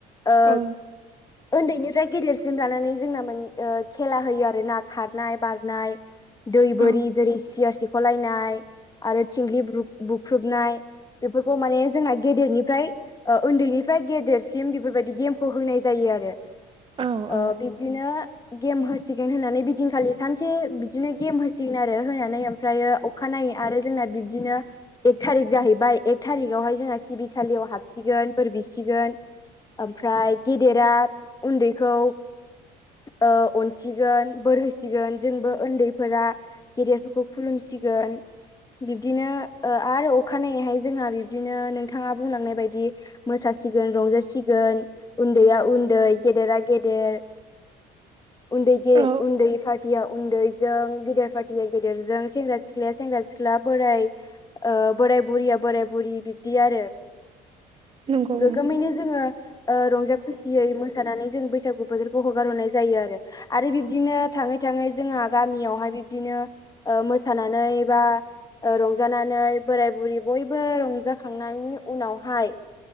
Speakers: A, on the left; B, on the right.
A: ओ
B: औ
A: ओन्दैनिफ्राय गेदेरसिम लानानै जोंना मोन ओ खेला होयो आरोना खारनाय, बारनाय दै बोरि
B: औ
A: जेरै सियार सिख'लायनाय आरो थिंख्लि ब्रु बुख्रुबनाय बेफोरखौ माने जोंना गेदेरनिफ्राय ओ ओन्दैनिफ्राय गेदेरसिम बेफोरबायदि गेमखौ होनाय जायो आरो
B: औ
A: ओ
B: औ
A: बिब्दिनो गेम होसिगोन होनानै बिदिनखालि सानसे बिदिनो गेम होसिगोन आरो होनानै ओमफ्रायो अखानायै आरो जोंना बिब्दिनो एक थारिक जाहैबाय एक थारिगावहाय जोंहा सिबिसालियाव हाबसिगोन बोर बिसिगोन ओमफ्राय गेदेरा उन्दैखौ ओ अनसिगोन बोर होसिगोन जोंबो ओन्दैफोरा गेदेरफोरखौ खुलुमसिगोन बिब्दिनो ओ आरो अखानायैहाय जोंहा बिब्दिनो नोंथाङा बुंलांनाय बायदि मोसासिगोन रंजासिगोन उन्दैया उन्दै गेदेरा गेदेर उन्दै गे
B: औ
A: उन्दै फार्टिया उन्दैजों गिदिर फार या गेदेरजों सेंग्रा-सिख्लाया सेंग्रा-सिख्ला बोराय ओ बोराय-बुरिया बोराय-बुरि बिब्दि आरो
B: नंगौ
A: गोगोमैनो जोङो ओ रंजा खुसियै मोसानानै जों बैसागु बोथोरखौ हगारहरनाय जायो आरो, आरो बिब्दिनो थाङै थाङै जोंहा गामियावहाय बिब्दिनो ओ मोसानानै बा ओ रंजानानै बोराय-बुरि बयबो रंजाखांनायनि उनावहाय